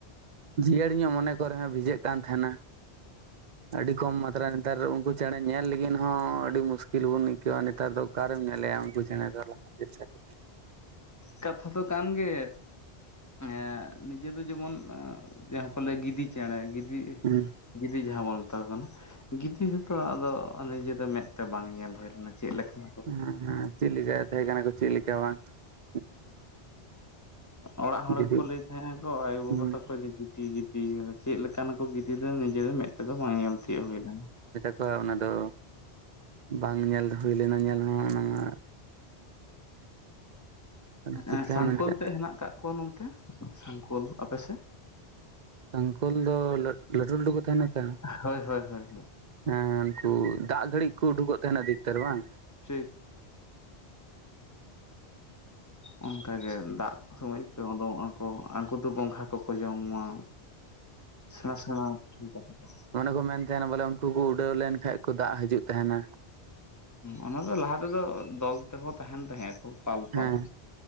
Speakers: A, on the right (about 50°); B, on the left (about 15°).
A: <unintelligible> ᱡᱤᱭᱟᱹᱲ ᱧᱚᱜ ᱢᱚᱱᱮ ᱠᱚᱨᱮ ᱦᱚᱸ ᱵᱷᱤᱡᱟᱹᱜ ᱠᱟᱱ ᱛᱟᱦᱮᱱᱟ, ᱟᱹᱰᱤ ᱠᱚᱢ ᱢᱟᱛᱛᱨᱟ ᱱᱮᱛᱟᱨ ᱩᱱᱠᱩ ᱪᱮᱬᱮ ᱧᱮᱞ ᱞᱟᱹᱜᱤᱫ ᱦᱚᱸ ᱟᱹᱰᱤ ᱢᱩᱥᱠᱤᱞ ᱵᱚᱱ ᱟᱹᱭᱠᱟᱹᱣᱟ ᱱᱮᱛᱟᱨ ᱫᱚ ᱚᱠᱟᱨᱮᱢ ᱧᱮᱞᱮᱭᱟ ᱩᱱᱠᱩ ᱪᱮᱬᱮ ᱫᱚ ᱞᱟᱦᱟ ᱪᱤᱞᱠᱟ ᱠᱚ ᱛᱟᱦᱮ ᱾
B: ᱠᱟᱛᱷᱟ ᱫᱚ ᱠᱟᱱ ᱜᱮ ᱾ ᱮᱸ ᱱᱤᱡᱮ ᱫᱚ ᱡᱮᱢᱚᱱ ᱡᱟᱦᱟᱸ ᱠᱚ ᱞᱟᱹᱭ ᱜᱤᱫᱤ ᱪᱮᱬᱮ, ᱜᱤᱫᱤ
A: ᱦᱩᱸ
B: ᱜᱤᱫᱤ ᱡᱟᱦᱟᱸ ᱵᱚᱱ ᱢᱮᱛᱟ ᱠᱚ ᱠᱟᱱᱟ, ᱜᱤᱫᱤ ᱦᱚᱛᱚ ᱟᱫᱚ ᱱᱤᱡᱮ ᱫᱚ ᱢᱮᱫ ᱛᱮ ᱵᱟᱝ ᱧᱮᱞ ᱦᱩᱭ ᱞᱮᱱᱟ ᱪᱮ ᱞᱮᱠᱟᱱ
A: ᱦᱮᱸ ᱦᱮᱸ ᱪᱤᱞᱮᱠᱟ ᱛᱟᱦᱮᱸ ᱠᱟᱱᱟ ᱠᱚ ᱪᱤ ᱞᱮᱠᱟ ᱵᱟᱝ ᱾
B: ᱚᱲᱟᱜ ᱦᱚᱲ
A: ᱜᱤᱫᱤ
B: ᱜᱮᱠᱚ ᱞᱟᱹᱭ ᱛᱟᱦᱮᱸᱱᱟ ᱠᱚ ᱟᱭᱳᱼ ᱵᱟᱵᱟ
A: ᱦᱩᱸ
B: ᱛᱟᱠᱚ ᱡᱩᱫᱤ ᱛᱤᱜᱤ ᱛᱤ ᱟᱫᱚ ᱪᱮᱫ ᱞᱮᱠᱟᱱᱟ ᱠᱚ ᱜᱤᱫᱤ ᱫᱚ ᱱᱤᱡᱮ ᱨᱟᱜ ᱢᱮᱫ ᱛᱮᱫᱚ ᱵᱟᱝ ᱧᱮᱞ ᱛᱤᱭᱳᱜ ᱦᱩᱭ ᱞᱮᱱᱟ ᱾
A: ᱦᱳᱭ ᱚᱱᱟ ᱫᱚ ᱵᱟᱝ ᱧᱮᱞ ᱦᱩᱭ ᱞᱮᱱᱟ ᱧᱮᱞ ᱦᱚᱸ ᱚᱱᱟ ᱟᱫᱚ ᱪᱤᱠᱟᱹᱭᱟ
B: ᱮᱸ ᱥᱟᱝᱠᱳᱞ
A: ᱢᱮᱱᱛᱮ
B: ᱛᱮ ᱦᱮ ᱠᱟᱜ ᱠᱚᱣᱟ ᱱᱚᱱᱛᱮ ᱥᱟᱝᱠᱳᱞ, ᱟᱯᱮ ᱥᱮᱫ?
A: ᱥᱝᱠᱚᱞ ᱫᱚ ᱞᱟᱹᱴᱩ ᱞᱟᱹᱴᱩ ᱠᱚ ᱛᱟᱦᱮᱱᱟ ᱮᱛᱮ
B: ᱦᱳᱭ ᱦᱳᱭ
A: ᱾
B: ᱦᱳᱭ
A: ᱦᱮᱸ ᱩᱱᱠᱩ ᱫᱟᱜ ᱜᱷᱟᱹᱲᱤᱡ ᱠᱚ ᱩᱰᱩᱠᱚᱜ ᱛᱟᱦᱮᱱᱟ ᱫᱷᱤᱠᱛᱟᱨ ᱵᱟᱝ?
B: ᱴᱷᱤᱠ ᱾ ᱚᱱᱠ ᱜᱮ ᱫᱟᱜ ᱥᱚᱢᱚᱭ ᱠᱚ ᱩᱰᱩᱝᱚᱜᱼᱟ ᱾ ᱠᱚ ᱟᱜᱩ ᱫᱚ ᱜᱚᱸᱜᱷᱟ ᱠᱚᱠᱚ ᱡᱚᱢᱟ ᱥᱮᱬᱟ ᱥᱮᱬᱟ ᱴᱩᱱᱴᱚ ᱛᱟᱠᱚ ᱾
A: ᱢᱚᱱᱮ ᱠᱚ ᱢᱮᱱ ᱛᱟᱦᱮᱱᱟ ᱵᱚᱞᱮ ᱩᱱᱠᱩ ᱠᱚ ᱩᱰᱟᱹᱣ ᱞᱮᱱᱠᱷᱟᱡ ᱠᱚ ᱫᱟᱜ ᱦᱤᱡᱩᱜ ᱛᱟᱦᱮᱱᱟ ᱾
B: ᱚᱱᱟ ᱫᱚ ᱞᱟᱦᱟ ᱛᱮᱫᱚ ᱫᱚᱞ ᱛᱮᱠᱚ ᱛᱟᱦᱮᱱ ᱛᱟᱦᱮᱸᱜ ᱟᱠᱚ ᱯᱟᱞ ᱯᱟᱞ
A: ᱦᱮᱸ
B: ᱾